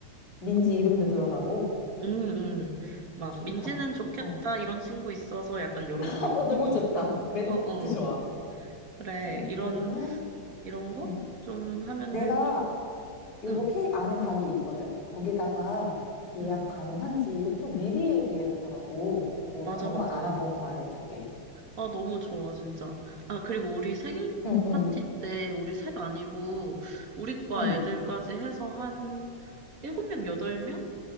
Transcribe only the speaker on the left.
민지 이름도 들어가고.
좋다.
어.
<laughs>
어, 너무
좋다. 멘트
좋아.
그래,
그 그러면,
응.
내가
요거
케이크 아는 가게 있거든? 거기다가 예약
가능한지 이것도 미리 얘기해야 되더라고. 그거는
한번
알아보고 말해줄게.
응, 응,
응.